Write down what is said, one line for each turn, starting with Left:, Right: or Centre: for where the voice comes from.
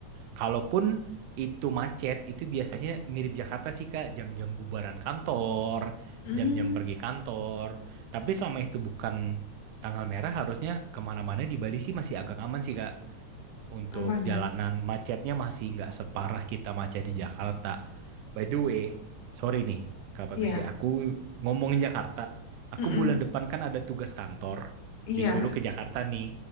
Right: Kalaupun itu macet itu biasanya mirip Jakarta sih Kak jam-jam bubaran kantor,
Left: Hmm,
Right: jam-jam pergi kantor. Tapi selama itu bukan tanggal merah harusnya kemana-mana di Bali sih masih agak aman sih Kak. Untuk
Left: aman ya.
Right: jalanan macetnya masih nggak separah kita macet di Jakarta. By the way, sorry nih Kak Patricia,
Left: Iya.
Right: aku ngomongin Jakarta. Aku
Left: Mm-mm.
Right: bulan depan kan ada tugas kantor,
Left: Iya.
Right: disuruh ke Jakarta nih.